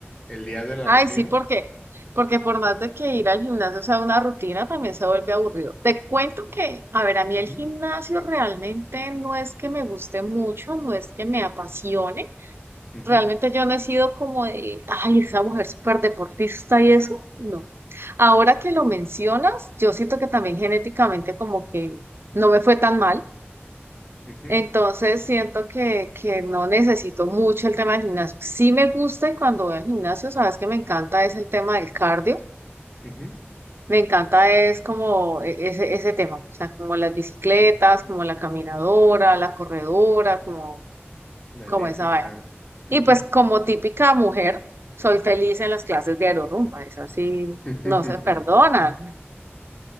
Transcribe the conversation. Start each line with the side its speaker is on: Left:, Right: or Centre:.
Left: el día de la
Right: Ay,
Left: rutina.
Right: sí, ¿por qué? Porque por más de que ir al gimnasio sea una rutina, también se vuelve aburrido. Te cuento que, a ver, a mí
Left: Ujú,
Right: el gimnasio realmente no es que me guste mucho, no es que me apasione.
Left: ujú,
Right: Realmente yo no he sido como de, ay, esa mujer súper deportista y eso, no. Ahora que
Left: ujú,
Right: lo mencionas, yo siento que también genéticamente como que no me fue tan mal,
Left: ujú,
Right: entonces siento que, que no necesito mucho el tema del gimnasio. Sí me gusta y cuando voy al gimnasio, sabes que me encanta es el tema del cardio,
Left: ujú,
Right: me encanta es como e- ese, ese tema, o sea, como las bicicletas, como la caminadora, la corredora, como,
Left: La
Right: como
Left: elíptica.
Right: esa vaina.
Left: ujú.
Right: Y pues como típica mujer, soy feliz en las clases de aerorumba, es así,
Left: <laughs>
Right: no se perdonan.